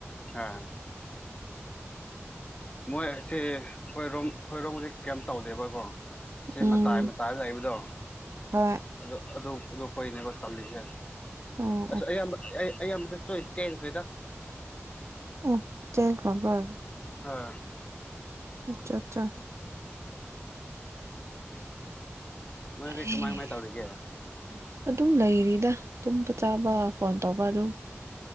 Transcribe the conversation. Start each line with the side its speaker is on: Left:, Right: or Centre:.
Left: ꯑꯥ ꯃꯣꯏ ꯁꯤꯦ ꯑꯩꯈꯣꯏꯔꯣꯝ ꯑꯩꯈꯣꯏꯔꯣꯝꯗꯤ ꯀꯦꯝ ꯇꯧꯗꯦꯕꯀꯣ ꯁꯤ
Right: ꯎꯝ
Left: ꯃꯇꯥꯏ ꯃꯇꯥꯏ ꯂꯩꯕꯗꯣ
Right: ꯍꯣꯏ
Left: ꯑꯗꯨ ꯑꯗꯨ ꯑꯗꯨ ꯑꯩꯈꯣꯏꯅꯦꯕ ꯇꯝꯜꯂꯤꯁꯦ
Right: ꯑꯣ
Left: ꯑꯁ
Right: ꯑꯣ
Left: ꯑꯌꯥꯝꯕ ꯑꯩ ꯑ ꯃ ꯆꯣꯏ ꯆꯦꯟꯖ ꯀꯗ
Right: ꯑꯣ꯭ꯔꯝꯣ
Left: ꯑꯥ
Right: ꯑꯆꯥ ꯑꯠꯆꯥ
Left: ꯅꯣꯏꯗꯤ
Right: <inaudible>
Left: ꯀꯃꯥꯏ ꯀꯃꯥꯏ ꯇꯧꯔꯤꯒꯦ
Right: ꯑꯗꯨꯝ ꯂꯩꯔꯤꯗ ꯇꯨꯝꯕ ꯆꯥꯕ ꯐꯣꯟ ꯇꯧꯕ ꯑꯗꯨꯝ